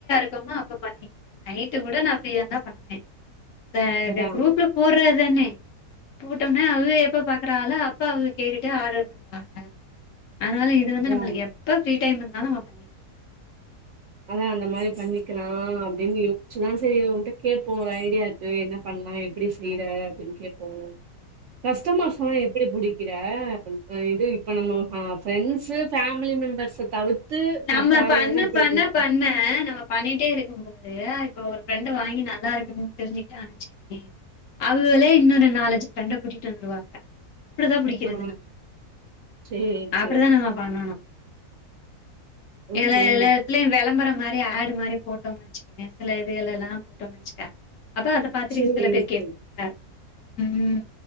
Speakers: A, on the left; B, on the right.
A: <unintelligible> அப்ப பண்ணிக்லா நைட்டு கூட நா ஃப்ரீயா தா பண்ணுவ
B: அதான்
A: குரூப்ல போடுற தான போட்டோம்னா அது எப்ப பா இருக்க அப்ப அவங்க கேட்டுட்டு ஆர்டர் பண்ணுவாங்க அதனால இது வந்து
B: அதான்
A: நம்மளுக்கு எப்ப ஃப்ரீ டைம் இருந்தா நம் ம பண்ணிக்கலா
B: அத அந்த மாரி பண்ணிக்கலா அப்படின்னு யோசிச்சுதா செரி உன்கிட்ட கேட்போ ஒரு ஐடியா இருக்கு என்ன பண்ண எல்லா எப்படி செய்ற அப்படின்னு கேப்போ கஸ்டமர்ஸ் லா எப்படி புடிக்கு இருக்க இது இப்ப நம்ம ஃப்ரெண்ட்ஸ் ஃபேமிலி மெம்பர்ஸ தவிர் த்து
A: நம்ம
B: மத்த ஆளுக
A: பண்ண
B: எல்லா எப்படி
A: பண்ண
B: பிடி
A: பண்ண நம்ம பண்ணிட்டே இரு க்கும்பது இப்ப ஒரு ஃப்ரெண்ட வாங்கி நல்லா இருக்குனு தெரிஞ்சிட்டே அனுச்சிக்கே அவகலே இன்னொரு நாலஞ்சு ஃப்ரெண்ட கூட்டிட்டு வந்துருவாங்க அப்படிதா புடிக்கிறது
B: ஆ
A: நம்ம
B: சேரி
A: அப்படித்தா
B: சேரி
A: நம்ம பண்ணணு
B: ம்
A: எனி
B: ம்
A: எல்லத்துலயு விளம்பரம் மாரி ஆடு மாரி போட்டோம்னு வச்சுக்கேங்கன் சில இதுகள் எல்லல்லா போட்டோம்னு வச்சுக்கே அப்ப அத பாத்துட்டுக்கு
B: சேரி
A: சில பேர் கேப்பாங்க
B: சேரி
A: உம்